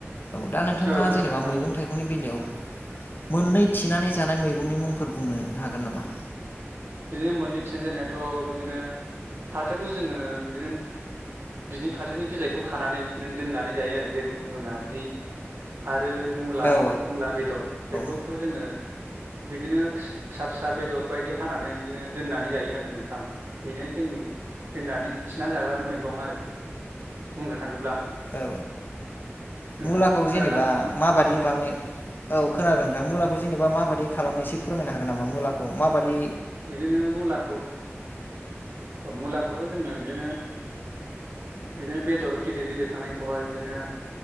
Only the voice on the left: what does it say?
औ दा नोंथाङा
जेनेबा
मैगं थाइगंनि बेलायाव मोननै थिनानै जानाय मैगंनि मुंफोर बुंनो हागोन नामा
औ
औ
औ
मुलाखौ
जेनेबा
माबादि खालामो औ खोनादों नोंथां मुलाखौ जेनेबा माबादि खालामो एसे फोरमायनो हागोन नामा मुलाखौ माबायदि